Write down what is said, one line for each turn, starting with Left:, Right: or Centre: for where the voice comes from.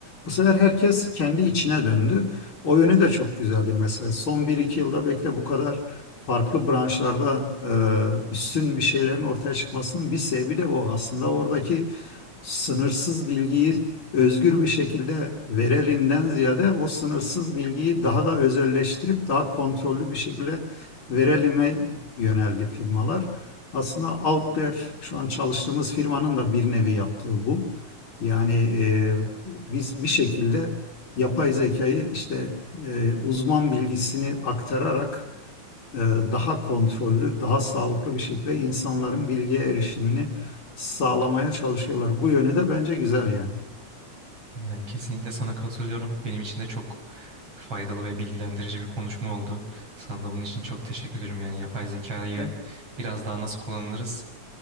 Left: bu sefer herkes kendi içine döndü. O yönü de çok güzeldi mesela. Son bir iki yılda belki de bu kadar farklı branşlarda e, üstün bir şeylerin ortaya çıkmasının bir sebebi de o Aslında oradaki sınırsız bilgiyi özgür bir şekilde verelimden ziyade o sınırsız bilgiyi daha da özelleştirip daha kontrollü bir şekilde verelime yöneldi firmalar. Aslında Outlier şu an çalıştığımız firmanın da bir nevi yaptığı bu. Yani e, biz bir şekilde yapay zekayı işte e, uzman bilgisini aktararak e, daha kontrollü, daha sağlıklı bir şekilde insanların bilgiye erişimini sağlamaya çalışıyorlar. Bu yönü de bence güzel yani.
Right: Yani kesinlikle sana katılıyorum. Benim için de çok faydalı ve bilgilendirici bir konuşma oldu. Sana da bunun için çok teşekkür ederim. Yani yapay zekayı
Left: Ben,
Right: biraz daha nasıl kullanırız?